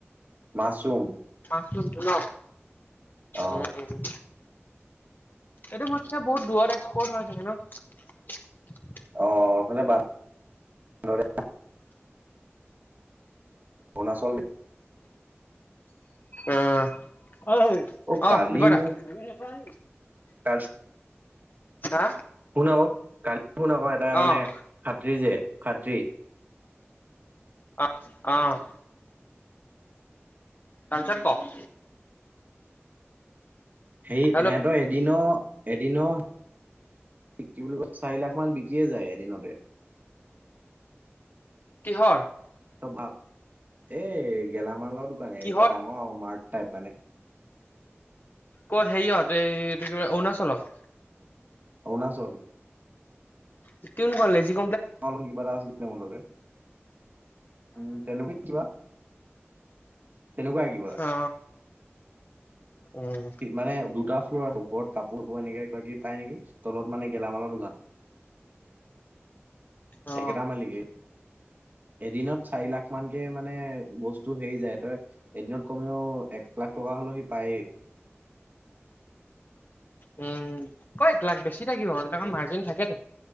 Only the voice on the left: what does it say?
<unintelligible> ন'?
উম উম উম। এইটো বৈটছে বহুত দূৰত এক্সপৰ্ট হৈ থাকে ন?
অহ। অই,
অহ দীপক দা
<unintelligible>
হা?
অ',
অ', অহ। তাৰপিছত ক?
হেল্ল'
কিহৰ?
কিহৰ
ক'ত হেৰিয়ত, এই এইটো কি বোলে অৰুণাচলত?
জিকিম কলে জিক
অ উম
অ
উম, কই লাখ বেছি থাকিব। এইবিলাকৰ
মাৰ্জিন থাকেতো।